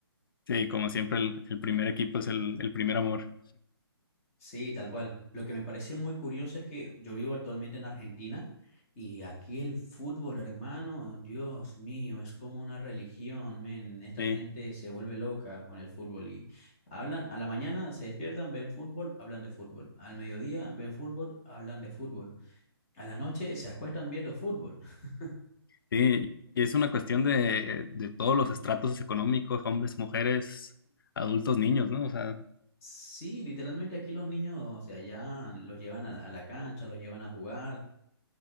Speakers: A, on the left; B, on the left.
A: Sí, como siempre, el, el primer equipo es el, el primer amor.
B: Sí, tal cual. Lo que me parece muy curioso es que yo vivo actualmente en Argentina y aquí el fútbol, hermano, Dios mío, es como una religión, men. Esta
A: Sí,
B: gente se vuelve loca con el fútbol y hablan, a la mañana se despiertan, ven fútbol, hablan de fútbol. Al mediodía ven fútbol, hablan de fútbol. A la noche se acuestan viendo fútbol. <laughs>
A: sí, y es una cuestión de, de todos los estratos económicos, hombres, mujeres, adultos, niños, ¿no? O sea,
B: Sí, literalmente aquí los niños, o sea, ya los llevan a la a la cancha, los llevan a jugar.